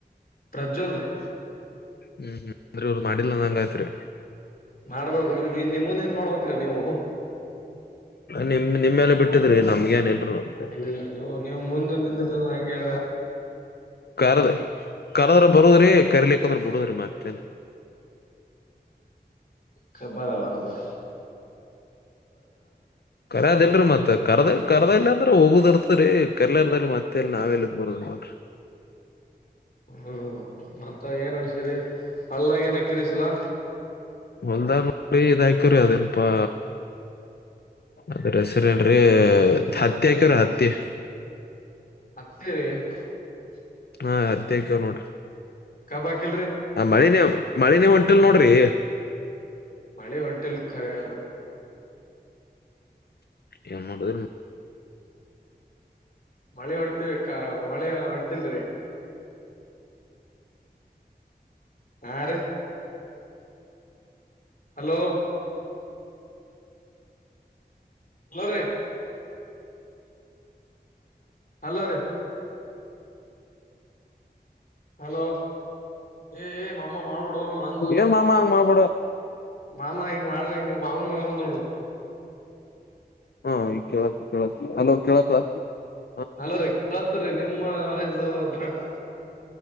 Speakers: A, on the left; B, on the left.
A: ಪ್ರಜ್ವಲ್ ರೀ
B: ಹ್ಮ್ ಹ್ಮ್ ಅ್ರ ಮಾಡಿಲ್ಲ ಅಂದಂಗ ಆಯ್ತ್ರಿ.
A: ಮಾಡ್ಬೇಕು ನೀವು ನೀ ನಿಮ್ಮಂದಿಂದ ಮಾಡ್ಬೇಕ್ರ ನೀವು.
B: ನಿಮ ನಿಮಮ್ಮೆಲ್ಲ ಬಿಟ್ಟಿದ್ರಿ ನಮ್ಗೇಏನಿಲ್. <unintelligible>
A: ಇಲ್ಲಿಲ್ಲ ನೀವು ನೀವು ಮುಂದ ನಿಂದ್ರ ಹಂಗೆ
B: ಕರದ ಕರದ್ರ ಬರುದ್ರಿ ಕರಿಲಿಕ್ಕ ಬಿಡುದರಿ ಮತ್ತೇನೆ.
A: <unintelligible> ಅದರರಿ.
B: ಕರದೇನ್ರಿ ಮತ್ತ ಕರದ. ಕರ್ದಲ್ಲ ಅಂದ್ರ ಹೋಗುದ ಇರ್ತರಿ ಕರ್ಲ ಇರ್ದದಲ್ಲಿ ಮತ್ತೆಲ್ಲಿ ನಾವೆಲ್ಲ ಬರ್ದ್ ನೋಡ್ರಿ.
A: ಹ್ಮ ಮತ್ತ ಏನ್ ಅಡ್ಸೀರಿ. ಹೊಲ್ದಾಗ ಏನ್ ಹಾಕಿರಿ ಈ ಸರ.
B: ಹೊಲ್ದ ನೋರಿ ಇದಾಕಿರಿ ಅದನಪಾ ಅದ ರೆಸರೆನ್ರೀ ಹತ್ತಿ ಅಕ್ಯರ ಹತ್ತಿ.
A: ಹತ್ತಿ. <inaudible>
B: ಹಾ ಹತ್ತಿ ಹಾಕ್ಯಾವ್ ನೋಡ್ರಿ
A: ಕಬ್ ಹಾಕಿಲ್ರಿ
B: ಆ ಮಳಿನೇ ಮಳಿನೇ ಹೊಂ ಇಲ್ ನೋಡ್ರಿ.
A: ಮಳೆ ಹೊಂಟಲ್ ಖರೇ ಅದು.
B: ಏನ್ ಮಾಡೋದು.
A: ಮಳೆ ಹೊಂಟ್ ಮಳೆ ಹೊಂಟಿಲ್ರೀ ಹಾ ರೀ ಹಲೋ ಹಲೋ ರಿ ಹಲೋ ರೀ ಹಲೋ ಏ ಏ ಮಾಮಾ ಮಾಡಬೊಡೊ ನಂದೋ
B: ಏನ್ ಮಾಮ ಹಂಗ್ ಮಾಡ್ಬೇಡ
A: ಮಾಮಾ ಇಂಗ್ ಮಾಡಿದಂಗ ಮಾವೂನ್ ಮಗಾ ಬಂದ ನೋಡು.
B: ಹಾ ಈ ಕೇಳತ್ ಕೇಳತ್ ಅಲೋ ಕೇಳತ್. ಹ
A: ಅಲ್ಲೋರಿ ಕೇಳುತ್ತಾರಿ ನಿಮ್ಮ ವಾಯ್ಸ್ ಬ್ರೇಕ್.